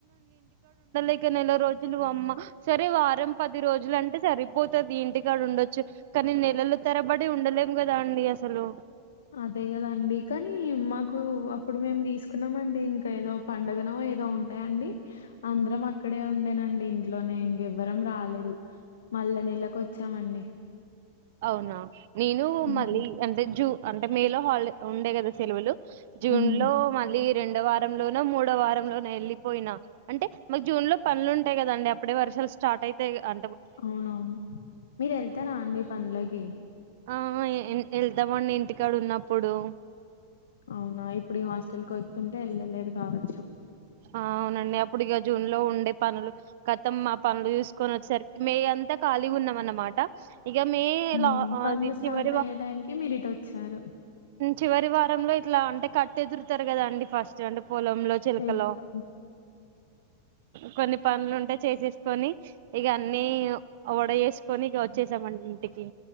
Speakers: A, on the right; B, on the left.
A: ఇక నెల రోజులు అమ్మ సరే వారం పది రోజులు అంటే సరిపో ది ఇంటికాడ ఉండచ్చు కానీ నెలలు తరబడి ఉండలేం కదా అండి అసలు
B: అదే కదండి కానీ మాకు అప్పుడు మేము తీసుకున్నామ అండి ఇంకా ఏదో పండుగను ఏదో ఉండయండి అందరం అక్కడ ఇడే ఉండేనండి ఇంట్లోనే ఇంకెవ్వరం రాలేదు మళ్ళ నెలకు వచ్చామండి
A: అవునా నేను
B: ఉమ్
A: మళ్ళీ అంటే జూ అంటే మేలో హాలిడే ఉండే కదా సెలవులు జూన్
B: ఉమ్,
A: లో మళ్ళీ రెండో వారంలోనో మూడో వారంలోనో వెళ్ళలిపోయినా అంటే మాకు జూన్ లో పనులు ఉంటాయి కదండి అప్పుడే వర్ష్ స్టార్ట్ అయితయిగా అ
B: అవునవును మీరు వెళ్తారా అండి పనులకి
A: ఆ వెళ్తామండి ఇంటికాడ ఉన్నప్పుడు
B: అవునా ఇప్పుడు హాస్టల్ కి వతుంటే వెళ్ళలేదు కావచ్చు
A: అవునండి అప్పుడు ఇక జూన్ లో ఉండే పనులు కతం మా పనులు చూసుకొని వచ్చేసరికి మే అన్ త ఖాళీగా ఉన్నాం అన్నమాట ఇక మే లా
B: ఉమ్
A: అది
B: పనులు స్టార్ట్
A: చివరి
B: అయ్యే
A: ఉమ్
B: టైం కి మీరు ఇటు వచ్చారు
A: చివరి ఆదివారంలో ఇట్లా అంటే కట్టు ఎదురుతారు కదా అండి ఫస్ట్ అంటే పొలంలో చిలకలో
B: తెలుసా
A: కొన్ని పనులు ఉంటే చేసేసుకొని ఇక అన్ని వడ చేసుకొని ఇక వచ్చేసామండి ఇంటికి